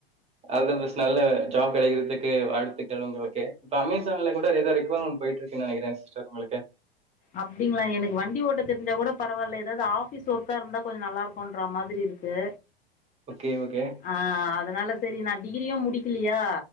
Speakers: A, on the right; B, on the left.
A: all the best நல்ல ஜாப் கிடைக்கிறதுக்கு வாழ்த்துக்கள் உங்களுக்கு இப்ப அமேசான்ல கூட ஏதோ ரெக்யூர்மென்ட் போயிட்டு இருக்குன்னு நினைக்கிறேன் சிஸ்ட்டர் உங்களுக்கு
B: அப்டிங்களா எனக்கு வண்டி ஓட்ட தெரிஞ்சா கூட பரவாயில்ல ஏதாவது ஆபீஸ் ஒர்க்கா இருந்தா கொஞ்சம் நல்லா இருக்கும்ன்ற மாதிரி இருக்கு
A: ஓகே ஓகே
B: அ அதனால செரி நா டிகிரியு முடிக்கிலியா